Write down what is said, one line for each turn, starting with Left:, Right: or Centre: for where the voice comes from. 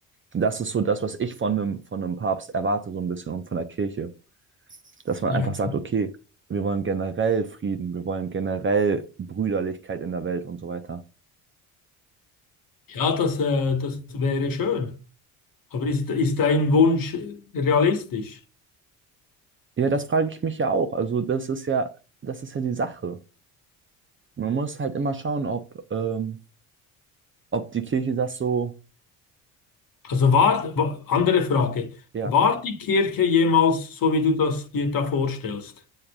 Right: Und das ist so das, was ich von einem, von einem Papst erwarte, so ein bisschen und von der Kirche. Dass man
Left: Ja,
Right: einfach sagt, okay, wir wollen generell Frieden, wir wollen generell Brüderlichkeit in der Welt und so weiter.
Left: Ja, das, äh, das wäre schön. Aber ist, ist dein Wunsch realistisch?
Right: Ja, das frage ich mich ja auch. Also das ist ja, das ist ja die Sache. Man muss halt immer schauen, ob, ähm, ob die Kirche das so
Left: Also war, wa- andere Frage.
Right: Ja,
Left: War die Kirche jemals so, wie du das dir da vorstellst?